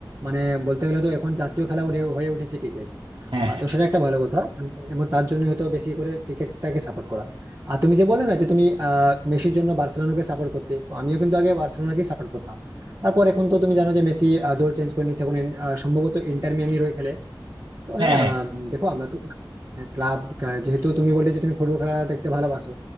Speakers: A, on the right (about 40°); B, on the right (about 75°).
A: মানে বলতে গেলে তো এখন জাতীয় খেলা উঠে- হয়ে উঠেছে ক্রিকেট
B: হ্যাঁ
A: আহ,
B: হ্যাঁ
A: তো সেটা একটা ভালো কথা আম- এবং তার জন্য হয়তো বেশি করে ক্রিকেটটাকে সাপোর্ট করা আর তুমি যে বললে না যে তুমি আহ মেসির জন্য বার্সেলোনাকে সাপোর্ট করতে তো আমিও কিন্তু আগে বার্সেলোনাকে সাপোর্ট করতাম তারপর এখন তো তুমি জানো যে মেসি আহ, দল চেঞ্জ করে নিচ্ছে এখন ইন- আহ, সম্ভবত ইন্টার মিয়ামির হয়ে খেলে তো
B: হ্যাঁ
A: হ্যাঁ
B: হ্যাঁ
A: আম, দেখো আমরা তো ক্লাব যেহেতু তুমি বললে যে তুমি ফুটবল খেলা দেখতে ভালোবাসো